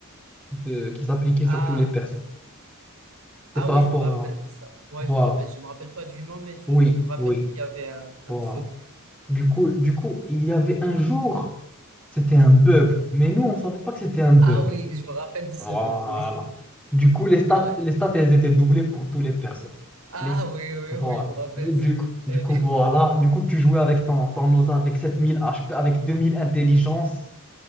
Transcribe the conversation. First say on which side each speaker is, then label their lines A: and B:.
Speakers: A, in the centre; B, on the right.
A: qui se- qui s'appliquait
B: Ah,
A: sur tous les personnes. C'est
B: ah
A: par
B: oui,
A: rapport
B: je me rappelle
A: à
B: de ça. Ouais,
A: voilà.
B: je me rappelle. Je me rappelle pas du nom, mais je,
A: Oui,
B: je me rappelle
A: oui.
B: qu'il y avait un, un
A: Voilà.
B: truc
A: Du coup, du coup, il y avait un jour, c'était un bug, mais nous, on ne savait pas que c'était un bug.
B: Ah oui, je me rappelle de ce
A: Voilà.
B: bug, oui.
A: Du coup, les stats,
B: Ouais.
A: les stats, elles étaient doublées pour tous les persos.
B: Ah
A: Les...
B: oui, oui,
A: Voilà.
B: oui, je me rappelle
A: Du
B: de ce bug
A: coup,
B: très
A: du coup,
B: bien.
A: voilà. Du coup, tu jouais avec ton, ton Osa avec 7000 HP, avec 2000 intelligence.